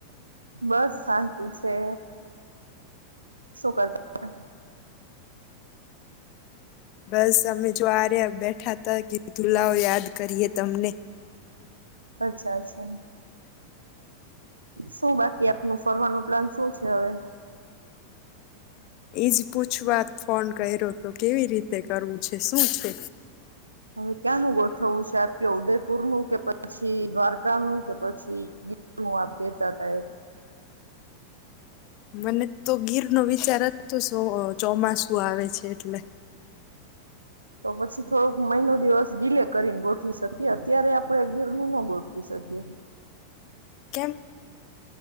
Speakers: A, on the right; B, on the left.
A: બસ શાંતિ છે. શું કરતા છે?
B: બસ, અમે જો આ રહ્યા બેઠા હતા કે, લાવ યાદ કરીએ. તમને
A: અચ્છા અચ્છા સું બાકી આપનું ફરવાનું પ્લાન શું છે હવે
B: એઈજ પૂછવાત ફોન કર્યો તો કેવી રીતે કરવું છે શું છે
A: હવે ક્યાંનું ગોઠવવું છે આપ કે ઉદયપુર નું કે પછી દ્વારકા નું કે પછી ગીર નું આપ કેતાતા એ
B: મને તો ગીર નો વિચાર <unintelligible> ચોમાસું આવે છે એટલે
A: તો પછી થોડોક મહિનો દિવસ ડીલે કરીને ગોઠવી શકીએ અત્યારે આપણે ગીર નું હો ગોઠવી શકીએ. <inaudible>
B: કેમ